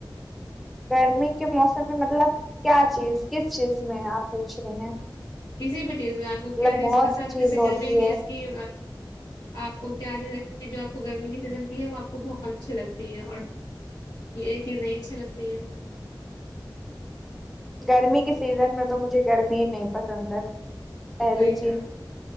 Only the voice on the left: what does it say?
کسی بھی چیز میں آپ کو
کیا چیز
پسند
جیسے
گرمی کی چیز
کی اپ کو کیا چیز جیسے کہ جو آپ کو گرمی کی سیزن کی ہے وہ آپ کو بہت اچھی لگتی ہے اور یہ ایک چیز نہیں اچھی لگتی ہے
صحیح
کہا